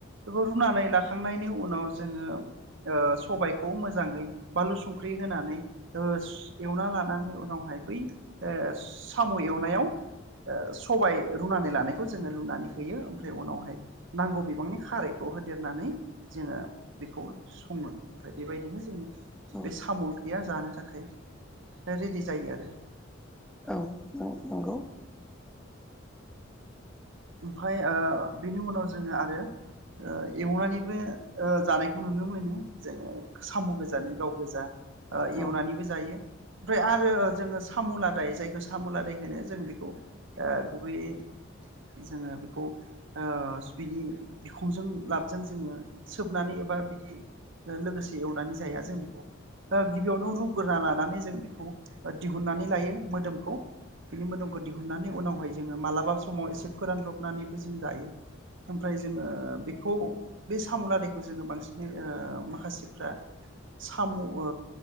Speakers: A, on the right; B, in the centre.
A: बे रुनानै लाखांनायनि उनाव जोङो ओ सबायखौ मोजाङै बानलु संख्रि होनानै ओस एवना लानानै नानै उनावहाय बै ओ साम' एवनायाव सबाय रुनानै लानायखौ जोङो लुनानै होयो ओमफ्राय उनावहाय नांगौ बिबांनि खारैखौ होदेरनानै जोङो बेखौ सङो। ओमफ्राय बेबायदिनो जोङो
B: औ
A: बे साम' गैया जानो थाखा थाखाय रेडि जायो आरो
B: औ न नंगौ।
A: ओमफाय ओ बेनि उनाव जोङो आरो ओ एवनानैबो ओ जानायखौ नुनो मोनो जोङो साम' गोजानो गाव गोजा। ओ एवनानैबो
B: औ
A: जायो। ओमफ्राय आरो जोङो सामु लादाय जायखौ सामु लादाय होनो जों बेखौ ओ गुबैयै जोङो बेखौ ओस बिनि बिखुंजों लाबजों जोङो सोबनानै एबा बिदि लोगोसे एवनानै जाया जों बेखौ गिबियावनो रुग्रोना लानानै जों बेखौ दिहुननानै लायो मोदोमखौ बिनि मोदोमखौ दिहुननानै उनावहाय जोङो मालाबा समाव एसे फोरान ब्रबनानैबो जों जायो ओमफ्राय जोङो बेखौ बे साम' लादैखौ जोङो बांसिनै ओ माखासेफ्रा साम' ओ